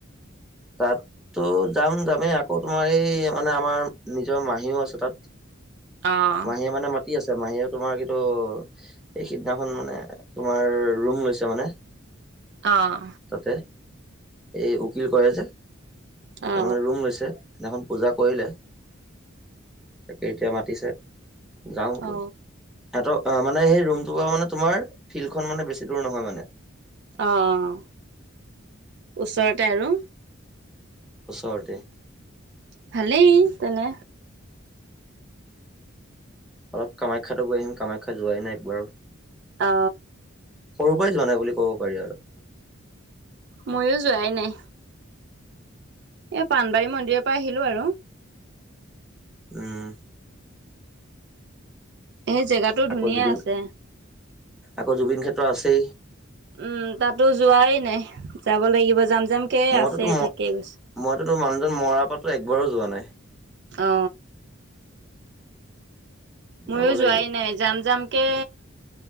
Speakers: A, in the centre; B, on the right (about 55°).
A: তাতো যাম যামেই আ। আকৌ তোমাৰ এই মানে আমাৰ নিজৰ মাহীও আছে তাত।
B: আহ।
A: মাহীয়ে মানে মাতি আছে মাহীয়ে তোমাৰ কিন্তু এই সিদিনাখন মানে তোমাৰ ৰুম লৈছে মানে।
B: আহ।
A: তাতে এই উকিল কৰে যে তাৰমানে
B: অ
A: ৰুম লৈছে। সেইদিনাখন পূজা কৰিলে তাকে এতিয়া মাতিছে। যাওঁ
B: অ
A: বোল এত। অ মানে সেই ৰুমটো মানে তোমাৰ ফিল্ডখন মানে বেছি দূৰ নহয় মানে।
B: অ অ ওচৰতে আৰু।
A: ওচৰতে।
B: ভালেই তেনে।
A: অলপ কামাখ্যাতো গৈ আহিম কামাখ্যা যোৱাই নাই একবাৰো।
B: অ
A: সৰু পৰাই যোৱা নাই বুলি ক'ব পাৰি আৰু।
B: ময়ো যোৱাই নাই। এ পানবাৰী মন্দিৰৰ পৰা আহিলো আৰু।
A: উম।
B: এই জেগাতটো
A: আকৌ
B: ধুনীয়া
A: জুবিন
B: আছে।
A: আকৌ জুবিন ক্ষেত্ৰ আছেই।
B: উম তাতো যোৱাই নাই যাব লাগিব। যাম যামকে
A: মইতো
B: আছে
A: তো
B: থাকেই গৈছে।
A: মইতো তোৰ মানুহজন মৰা পাতো একবাৰো যোৱা নাই।
B: অ। ময়ো
A: যাব লাগিব
B: যোৱাই নাই যাম যাম। কে